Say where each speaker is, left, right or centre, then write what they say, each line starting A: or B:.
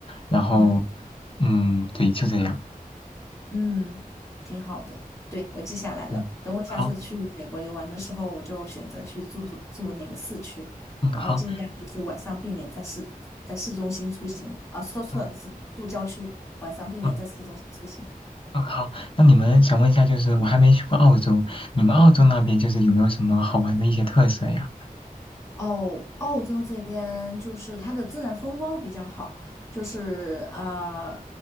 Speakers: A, on the left (about 35°); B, on the left (about 20°).
A: 然后，
B: 嗯。
A: 嗯，对，就这样。
B: 嗯，挺好的。对，我记下来了。
A: 嗯，
B: 等我下次去美国游玩的时候，
A: 好，
B: 我就选择去住住住那个市区，
A: 嗯，
B: 然后尽量就是晚上避免在市在市中心出行啊，
A: 好，
B: 说错了，
A: 嗯
B: 是住郊区，晚上避免在市中心出行。
A: 嗯嗯，好。那你们想问一下，就是我还没去过澳洲，你们澳洲那边就是有没有什么好玩的一些特色呀？
B: 哦，澳洲这边就是它的自然风光比较好，就是呃，